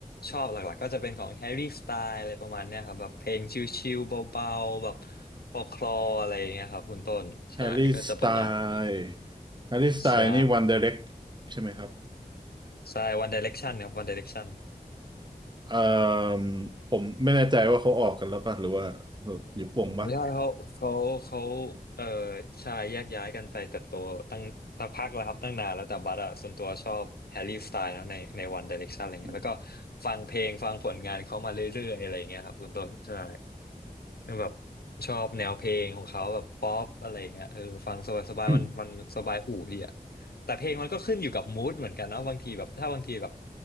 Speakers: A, on the left (about 85°); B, on the right (about 30°).
A: ชอบหลักๆก็จะเป็นของแฮร์รี่สไตล์อะไรประมาณเนี้ยครับแบบเพลงชิลๆเบาๆแบบฟอคลออะไรเงี้ยครับคุณต้นใช่ก็จะประมาณนี้
B: แฮร์รี่สไตล์แฮร์รี่สไตล์นี่วันไดเรก
A: ใช่
B: ใช่ไหมครับ
A: ใช่ One Direction ครับ One Direction
B: เอ่อผมไม่แน่ใจว่าเขาออกกันแล้วป่ะหรือว่าอยู่ป่วงป่ะ
A: ไม่ใช่เขาเขาเขาเอ่อชายแยกย้ายกันไปเติบโตตั้งสักพักแล้วครับตั้งนานแล้วแต่บัสอะส่วนตัวชอบแฮร์รี่สไตล์นะในในวันไดเรกชันอะไรเงี้ยแล้วก็
B: อ
A: ฟังเพลงฟังผลงานเขามาเรื่อยๆอะไรเงี้ยครับคุณต้นใช่แบบชอบแนวเพลงของเขาแบบป๊อปอะไรเงี้ยเออฟังสบายๆมันมันสบายหูดีอะ
B: ืม
A: แต่เพลงมันก็ขึ้นอยู่กับมูดเหมือนกันนะบางทีแบบถ้าบางทีแบบ